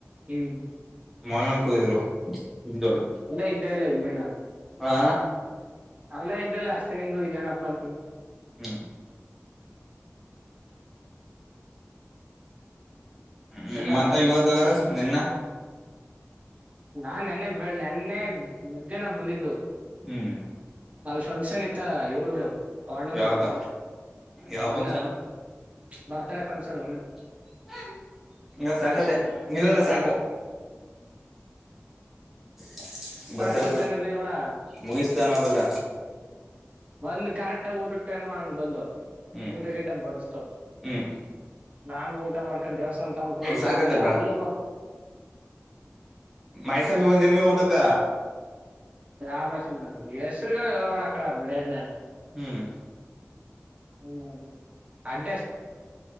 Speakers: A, on the right (about 30°); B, in the centre.
A: ಹ್ಮ್.
B: ಮನನ್ ಕೂದಿದ್ರು ತಿಂತಾವ್ನೆ.
A: ಅಲ್ಲೇ ಇದ್ದೇ ಇಲ್ಲ ಇನ್ <inaudible>
B: ಹಾ.
A: ಅಲ್ಲ ಇದ್ದಲ್ಲ ಅಷ್ಟತೇ ನಿಂದು ಇನ್ನೇನಪ್ಪಾ ಅಂತಂದಿ.
B: ಹ್ಮ್. ಹ್ಮ
A: ಗಂಡ
B: ಮತ್ತೆ ಇವತ್ತು ಹೋಗೋರ ನೆನ್ನ.
A: ನಾನ್ ನೆನ್ನೆ ಬೆ ನೆನ್ನೆ ಮಧ್ಯಾಹ್ನ ಬಂದಿದ್ದು.
B: ಹ್ಮ್
A: ನಾಲ್ ಫಂಕ್ಷನ್ ಇತ್ತ ಇವ್ರ್ದ ಅವ್ಣಂದು.
B: ಯಾವ್ದ ಯಾವ
A: ಅವಣ್ಣ
B: ಫಂಕ್ಷನ್
A: ಬರ್ತ್ಡೇ ಫಂಕ್ಷನ್.
B: <unintelligible> ಸಾಕಾದೆ ಇಲ್ಲಲ್ಲ ಸಾಕ. <inaudible> ಬರ್ತಡೇ
A: ಫಂಕ್ಷನ್ ಇರ್ಲಿಲ್ ನೋಡ
B: ಮುಗಿಸ್ತಾನ ಹೋಗದ್ರ.
A: ಒಂದ್ ಕರೆಕ್ಟ್ ಊಟ ಟೈಮ್ ಹಂಗ್ ಬಂದ.
B: ಹ್ಮ್
A: ಊಟ ಕೆಟ್ಟ ಬಸ್ತು
B: ಹ್ಮ್
A: ರಾಮ್ ಊಟ ಮಾಡ್ಕೊಂಡ್ ದೇವಸ್ಥಾನ ತಮಕ್ ಹೋಗಿ
B: ಸಾಕತ್ತ ಬೇಡ
A: ಅಲ್ಲ.
B: ಮಯ್ಯಸ್ವಾಮಿ ಬಂದೆ ನೀವು ಊಟಕ್ಕ.
A: ಯಾವ ಮಹೇಸ್ವಾಮಿ ಹೆಸರುಗಳು ಹೇಳಬೇಡ. <unintelligible>
B: ಹ್ಮ್.
A: ಹ್ಮ್ ಅಡ್